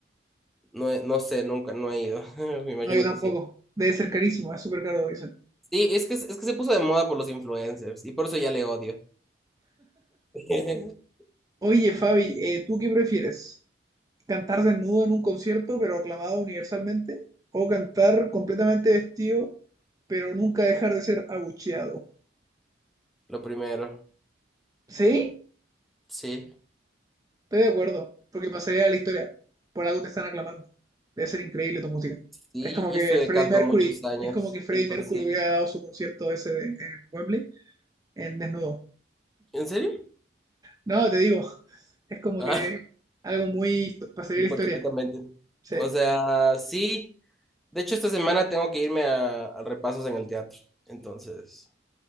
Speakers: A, in the centre; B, on the right (about 20°).
A: No, he- no sé, nunca, no he ido. <laughs> Me imagino
B: No, yo tampoco.
A: que sí.
B: Debe ser carísimo, es súper caro, dicen.
A: Sí, es que, es que se puso de moda por los influencers y por eso ya le odio. <laughs>
B: Oye, Fabi, eh, ¿tú qué prefieres? cantar desnudo en un concierto, pero aclamado universalmente, o cantar completamente vestido, pero nunca dejar de ser abucheado.
A: Lo primero,
B: ¿Sí?
A: sí.
B: Estoy de acuerdo, porque pasaría a la historia. Por algo te están aclamando. Debe ser increíble tu música.
A: Sí,
B: Es como
A: yo
B: que
A: estudié
B: Freddie
A: canto
B: Mercury,
A: muchos años,
B: es como que Freddie
A: entonces...
B: Mercury hubiera dado su concierto ese de- en Wembley en desnudo.
A: ¿En serio?
B: No, te digo, <laughs> es como
A: Ah,
B: que algo muy
A: <laughs>
B: pasaría
A: hipotéticamente.
B: a la historia. Sí,
A: O sea, sí. De hecho, esta semana tengo que irme a, a repasos en el teatro. Entonces,